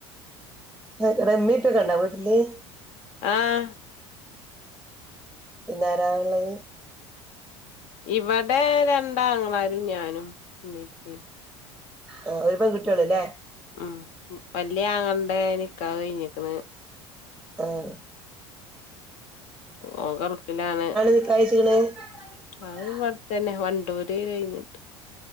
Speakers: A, in the centre; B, on the left.
A: <unintelligible> വീട്ടില്
B: ആഹ
A: പിന്നെ ആരാള്ളത്
B: ഇവിടെ രണ്ടാങ്ങളാരും ഞാനും ഇമ്മി ഇപ്പി
A: ആഹ് ഒരു പെൺകുട്ടിയുള്ളൂ ല്ലേ
B: അ വല്യ ആങ്ങളന്റെ നിക്കാഹ് കയിഞ്ഞ്ക്ക്ണ്
A: ആഹ
B: ഓ കറുപ്പിലാണ്
A: നിക്കാഹ് കഴിച്ച്ക്ക്ണ്
B: അത് തന്നെ വണ്ടൂര് കഴിഞ്ഞിട്ട്